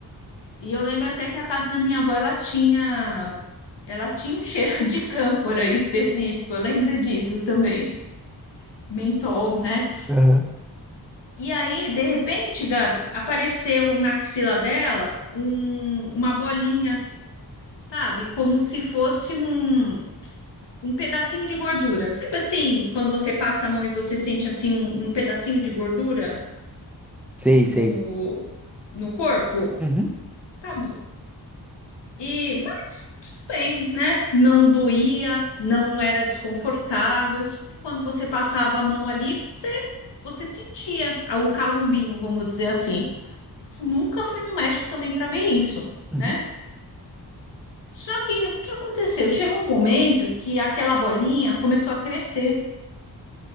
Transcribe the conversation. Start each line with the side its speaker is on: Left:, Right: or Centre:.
Left: E eu lembro até que a casa da minha avó, ela tinha. Ela tinha um cheiro de cânfora <laughs> específico, eu lembro disso também. Mentol, né?
Centre: aham.
Left: E aí, de repente, Gabi, apareceu na axila dela um- uma bolinha, sabe? Como se fosse um, um pedacinho de gordura. Sabe assim, quando você passa a mão e você sente assim um, um pedacinho de gordura
Centre: Sei,
Left: no,
Centre: sei.
Left: no corpo?
Centre: Uhum.
Left: Tá bom. E, mas tudo bem, né? Não doía, não era desconfortável. Só que Quando você passava a mão ali, você, você sentia o calombinho, vamos dizer assim. Nunca fui no médico também para ver isso,
Centre: Uhum.
Left: né? Só que o que aconteceu? Chegou um momento que aquela bolinha começou a crescer.